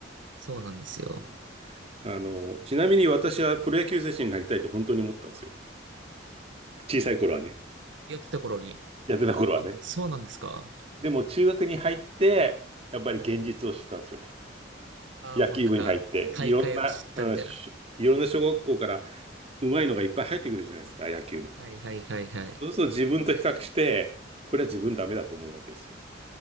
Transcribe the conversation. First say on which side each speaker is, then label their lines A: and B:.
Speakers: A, on the right (about 80°); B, on the right (about 30°).
A: そうなんですよ。
B: うんあの、ちなみに私はプロ野球選手になりたいと本当に思ったんですよ。小さい頃はね。
A: やってた頃に、
B: やってた頃はね。
A: あ、そうなんですか。
B: でも中学に入って、やっぱり現実を知ったんですよね。
A: はい。ああ、
B: 野球部に入って、
A: もうなんか、大会を知ったみたいな。
B: いろんな、うん、しいろんな小学校から上手いのがいっぱい入ってくるじゃないですか、野球部に。
A: はいはいはいはい。
B: そうすると自分と比較して、これは自分ダメだと思うわけですよ。